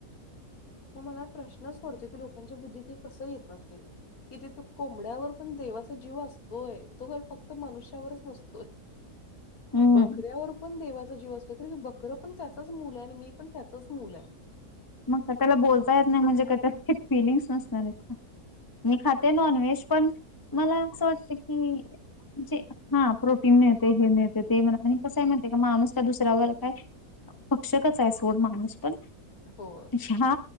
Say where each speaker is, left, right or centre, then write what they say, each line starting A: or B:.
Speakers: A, on the left; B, on the left.
A: मग मला प्रश्नच पडतो की लोकांच्या बुद्धीत हे कसं येत असेल कि ते तू कोंबड्यावर पण दे देवाचा जीव असतोय, तो का फक्त मनुष्यावरच नसतोय.
B: हम्म
A: बकऱ्यावर पण देवा जीव असतो कारण की बकरं पण त्याचंच मुलं आहे आणि मी पण त्याचंच मुलं आहे.
B: मग का त्याला बोलता येत नाही म्हणजे का त्याला फिलिंग्स नसणार आहेत का? मी खाते
A: पण तेच
B: नॉनव्हेज
A: मग
B: पण, मला असं वाटते की, म्हणजे हा प्रोटीन मिळते हे मिळते ते म्हणा आणि कसंय म्हणते का माणूस त्या दुसऱ्यावर काय पक्षकच आहे सोड माणूस पण
A: हो
B: अा हा